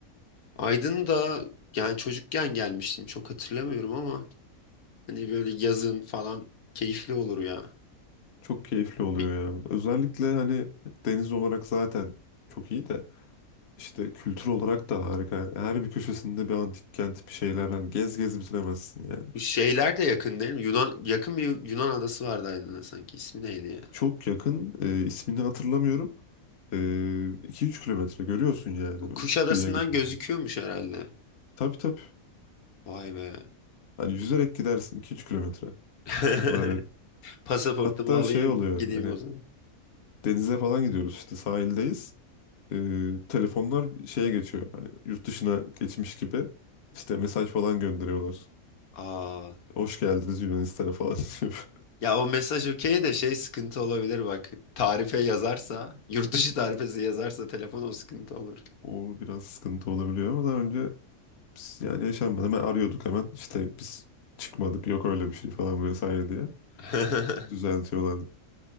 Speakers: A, on the left; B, on the left.
A: Aydın da yani çocukken gelmiştim. Çok hatırlamıyorum ama hani böyle yazın falan keyifli olur ya.
B: Çok keyifli oluyor
A: Bir,
B: ya. Özellikle hani deniz olarak zaten çok iyi de işte kültür olarak da harika. Yani her bir köşesinde bir antik kent bir şeyler hani gez gez bitiremezsin yani.
A: bu şeyler de yakın değil mi? Yunan, yakın bir Yunan adası vardı Aydın'a sanki. İsmi neydi ya?
B: Çok yakın e, ismini hatırlamıyorum. E, 2-3 kilometre görüyorsun yani
A: Bu Kuşadası'ndan
B: kıyıya. gidince.
A: gözüküyormuş herhalde.
B: Tabii tabii.
A: Vay be.
B: Hani yüzerek gidersin iki üç kilometre.
A: <laughs>
B: O kadar yakın.
A: Pasaportumu
B: Hatta
A: alayım
B: şey oluyor
A: gideyim
B: hani
A: o zaman.
B: denize falan gidiyoruz işte sahildeyiz. Ee, telefonlar şeye geçiyor hani yurt dışına geçmiş gibi. İşte mesaj falan gönderiyorlar.
A: Aa.
B: Hoş geldiniz Yunanistan'a falan <laughs> diyor.
A: Ya o mesaj okey de şey sıkıntı olabilir bak. Tarife yazarsa, yurt dışı tarifesi yazarsa telefon o sıkıntı olur.
B: O biraz sıkıntı olabiliyor ama daha önce biz yani yaşanmadı. Hemen arıyorduk hemen işte biz çıkmadık yok öyle bir şey falan vesaire diye
A: <laughs>
B: düzeltiyorlardı.